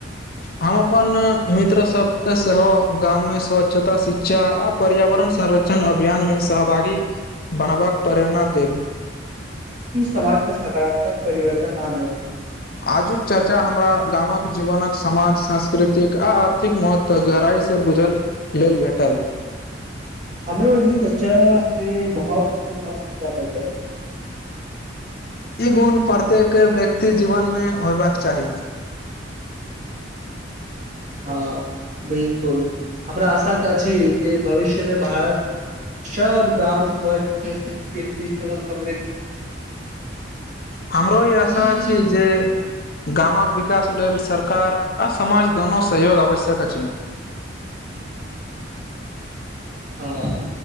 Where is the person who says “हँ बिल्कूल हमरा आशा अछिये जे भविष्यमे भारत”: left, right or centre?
Right